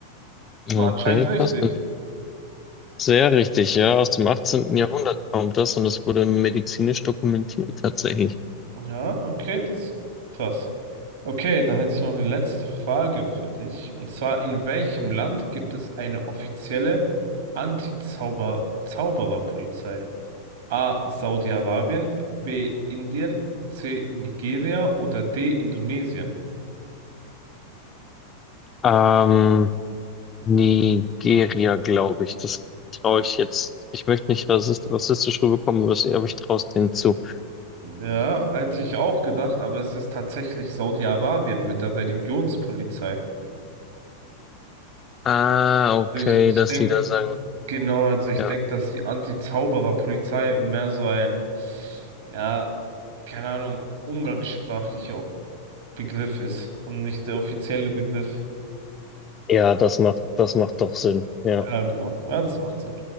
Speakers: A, on the right (about 60°); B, on the left (about 25°).
A: war
B: okay,
A: anscheinend richtig.
B: krass. Und sehr richtig, ja. Aus dem 18. Jahrhundert kommt das und es wurde medizinisch dokumentiert tatsächlich.
A: Ja, okay, das ist krass. Okay, dann hätte ich noch eine letzte Frage für dich. Und zwar, in welchem Land gibt es eine offizielle Anti-Zauber-Zaubererpolizei? A. Saudi-Arabien, B. Indien, C. Nigeria oder D. Indonesien?
B: Ähm, Nigeria, glaube ich. Das traue ich jetzt. Ich möchte nicht rassist, rassistisch rüberkommen, aber das- aber ich traue es denen zu.
A: Ja, hätte ich auch gedacht, aber es ist tatsächlich Saudi-Arabien mit der Religionspolizei.
B: Ah, okay,
A: Also Ich, ich
B: dass
A: denke,
B: die da sagen.
A: genau, also ich
B: Ja,
A: denke, dass die Anti-Zauberer-Polizei mehr so ein, ja, keine Ahnung, umgangssprachlicher Begriff ist und nicht der offizielle Begriff.
B: ja, das macht, das macht doch Sinn. Ja.
A: Ja, genau. Ja, das macht Sinn.